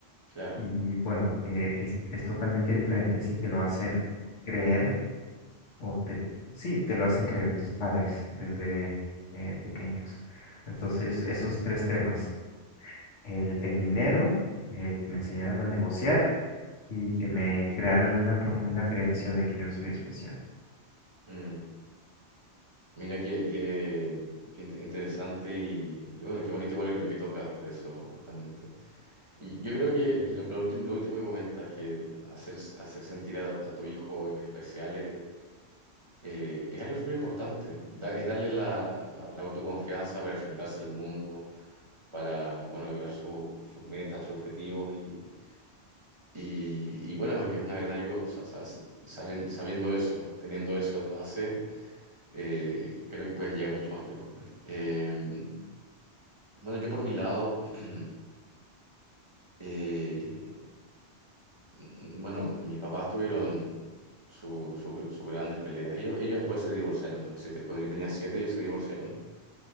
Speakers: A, on the right; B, on the left.
A: claro.
B: Y bueno, eh, es, es totalmente diferente si te lo hacen creer o te, sí, te lo hacen creer tus padres desde eh, pequeños. Entonces, esos tres temas, el, el dinero, eh, que me enseñaron a negociar y que me crearon una profunda creencia de que yo soy especial.
A: Mm, Mira qué, qué, qué inte- interesante y, y bueno, qué bonito igual lo que tocas de eso justamente. Y yo creo que
B: Mm,
A: lo, lo último, lo último que comentas, que hacer, hacer sentir a, a tu hijo especial eh, eh, es algo súper importante. Da- es darle la, la- la autoconfianza para enfrentarse al mundo, para, bueno, lograr su- sus metas, sus objetivos y, y- y, bueno, es una gran ayuda. O sea, sabes- saben- sabiendo eso, teniendo eso de base, eh, creo que puedes llegar mucho más lejos. Eh, bueno, yo por mi lado... <clears throat> eh, mm, Bueno, mis papás tuvieron su- su- sus grandes peleas. Ellos, ellos después se divorciaron a los siete. Cuando yo tenía siete, ellos se divorciaron.